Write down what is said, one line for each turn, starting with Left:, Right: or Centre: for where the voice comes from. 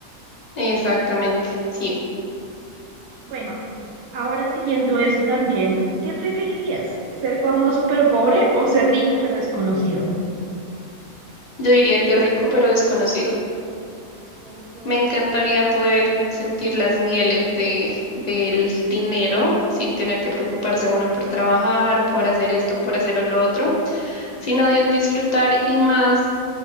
Left: exactamente. Sí,
Right: Bueno, ahora siguiendo eso también, ¿qué preferirías? ¿Ser famoso pero pobre o ser rico pero desconocido?
Left: yo diría que rico, pero desconocido.
Right: Por dos.
Left: Me encantaría poder sentir las mieles de, del dinero sin tener que preocuparse uno por trabajar, por hacer esto, por hacer lo otro, sino di- disfrutar y más